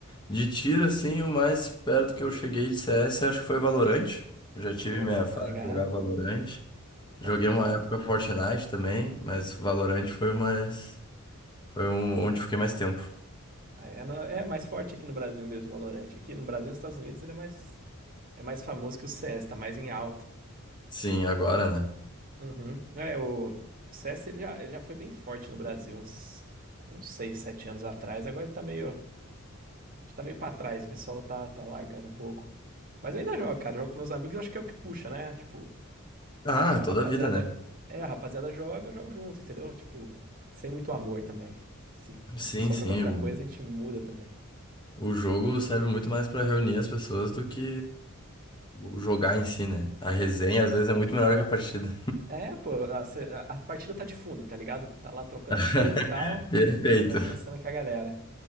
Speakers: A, on the left (about 20°); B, on the right (about 40°).
A: De tiro, assim, o mais perto que eu cheguei de CS, acho que foi Valorant. Já tive
B: Pô,
A: minha fase
B: tá ligado?
A: de jogar Valorant.
B: Um
A: Joguei
B: Valorantezinho.
A: uma época Fortnite também, mas Valorant foi o mais. Foi um, onde fiquei mais tempo.
B: Aí é, no- é mais forte aqui no Brasil mesmo, Valorante. Aqui no Brasil e nos Estados Unidos ele é mais, é mais famoso que o CS, tá mais em alta.
A: Sim, agora, né?
B: Uhum. É, o, o CS ele já, ele já foi bem forte no Brasil, uns, uns 6 7 anos atrás. Agora ele tá meio, A gente tá meio pra trás, o pessoal tá, tá largando um pouco. Mas eu ainda jogo, cara. Jogo com meus amigos, acho que é o que puxa, né? Tipo,
A: Ah,
B: a
A: toda
B: rapaziada.
A: a vida, né?
B: É, a rapaziada joga, eu jogo junto, entendeu? Tipo, sem muito amor também. Se
A: Sim,
B: o pessoal
A: sim.
B: jogar outra coisa, a gente muda também.
A: O jogo serve muito mais pra reunir as pessoas do que jogar em si, né? A resenha às vezes é muito melhor que a partida.
B: É, pô, a, cê- a- a partida tá de fundo, tá ligado? Tá lá trocando
A: <laughs>
B: tiro e tal.
A: Perfeito.
B: Você vai conversando com a galera.